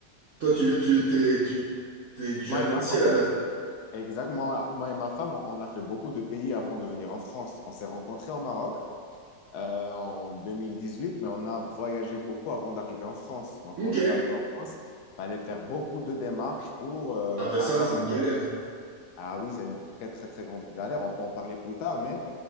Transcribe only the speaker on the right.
toi, tu, tu, t'es, tu, t'es, tu
viens pas
d'ici
à
la base.
Ok.
Ah bah
ça, c'est
une
galère. hein.